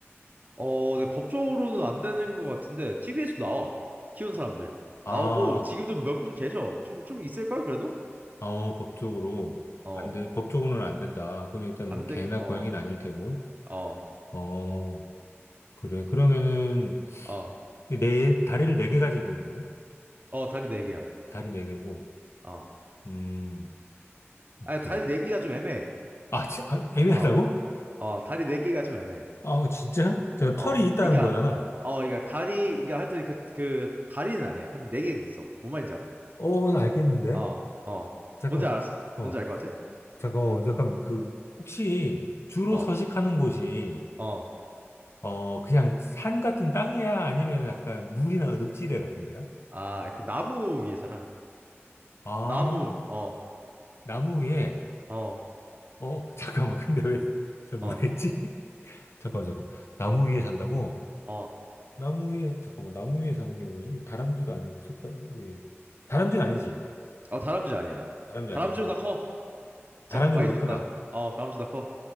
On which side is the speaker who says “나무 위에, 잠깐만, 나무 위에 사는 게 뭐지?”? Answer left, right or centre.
Left